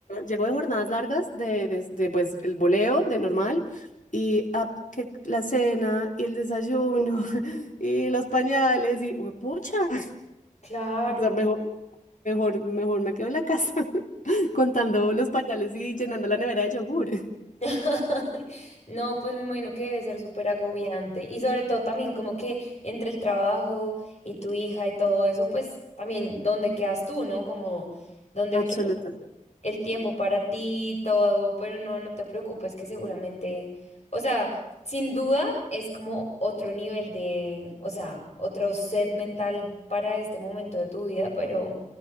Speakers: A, on the left; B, on the left.
A: llego de jornadas largas, de, de- de, pues el voleo, de normal, y ah, que la cena y el desayuno <laughs> y los pañales y pucha, <laughs>
B: claro.
A: o sea, mejor, mejor, mejor me quedo en la casa <laughs> contando los pañales y llenando la nevera de yogur.
B: <laughs> No, pues me imagino que debe ser súper agobiante. Y sobre todo también como que entre el trabajo y tu hija y todo eso, pues también dónde quedas tú, ¿no? Como dónde
A: Absolutamente.
B: el tiempo para ti, y todo, pero no, no te preocupes que seguramente, o sea, sin duda es como otro nivel de, o sea, otro set mental para este momento de tu vida, pero